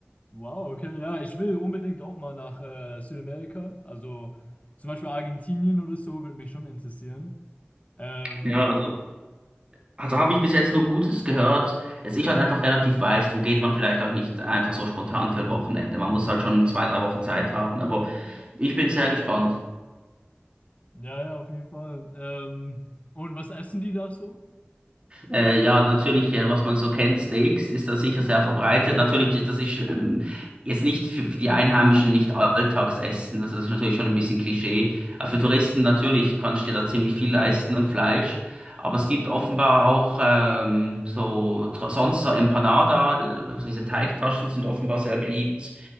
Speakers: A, on the left; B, on the right.
A: Wow, okay. Ja, ich will unbedingt auch mal nach äh, Südamerika. Also zum Beispiel Argentinien oder so würde mich schon interessieren. Ähm,
B: Ja, also, also habe ich bis jetzt nur Gutes gehört. Es ist halt einfach relativ weit, darum geht man vielleicht auch nicht einfach so spontan für ein Wochenende. Man muss halt schon zwei, drei Wochen Zeit haben. Aber
A: ja.
B: ich bin sehr gespannt.
A: Ja, ja, auf jeden Fall. Ähm, und was essen die da so?
B: Äh, ja, natürlich, äh, was man so kennt, Steaks ist da sicher sehr verbreitet. Natürlich, ist- das ist ähm, jetzt nicht für, für die Einheimischen nicht Alltagsessen. Also das ist natürlich schon ein bisschen Klischee. Aber für Touristen natürlich kannst du dir da ziemlich viel leisten an Fleisch. Aber es gibt offenbar auch ähm, so tr- sonst so Empanada, also diese Teigtaschen sind offenbar sehr beliebt.